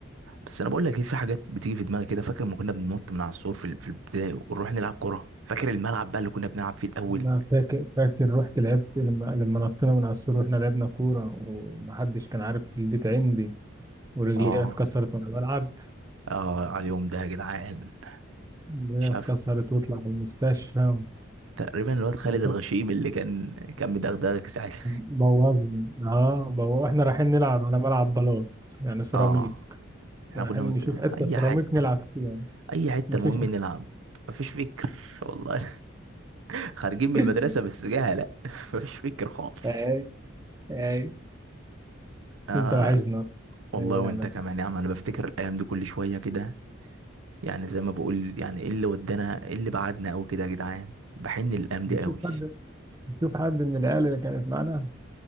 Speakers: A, on the right; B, on the right.
A: بس انا بقول لك ايه في حاجات بتيجي في دماغي كده فاكر لما كنا بننط من على السور في ال- في البداية ونروح نلعب كرة فاكر الملعب بقى اللي كنا بنلعب فيه الاول
B: انا فاكر فاكر رحت لعبت لما لما نطينا من على السور واحنا لعبنا كوره ومحدش كان عارف في البيت عندي ورجلي
A: اه
B: اتكسرت وانا بلعب
A: اه على اليوم ده يا جدعان
B: رجلي
A: مش
B: اتكسرت
A: عارف
B: واطلع في المستشفى
A: تقريبا الواد خالد
B: وحط
A: الغشيم اللي كان كان مدغدغك ساعتها
B: بوظني اه بو... احنا رايحين نلعب على ملعب بلاط يعني
A: <laughs>
B: سيراميك
A: اه احنا
B: رايحين
A: كنا مت...
B: نشوف حته
A: اي
B: سيراميك
A: حته
B: نلعب فيها يعني
A: اي حته
B: مفيش
A: المهم نلعب مفيش فكر والله خارجين من
B: <laughs>
A: المدرسة بس جهلة <laughs> مفيش فكر خالص
B: اي اي بس
A: آه
B: انت وحشنا
A: والله
B: ايامك
A: وانت كمان يا عم انا بفتكر الايام دي كل شوية كده يعني زي ما بقول يعني ايه اللي ودانا ايه اللي بعدنا قوي كده يا جدعان بحن الايام
B: بتشوف
A: دي قوي
B: حد نشوف حد من العيال اللي كانت معانا